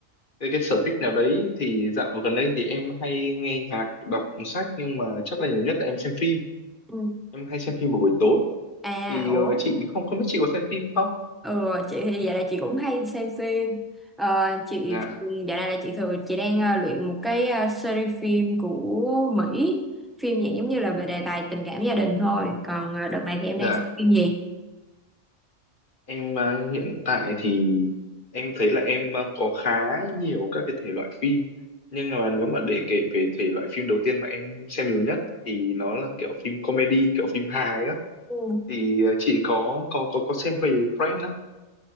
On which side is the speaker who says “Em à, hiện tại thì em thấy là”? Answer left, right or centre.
Left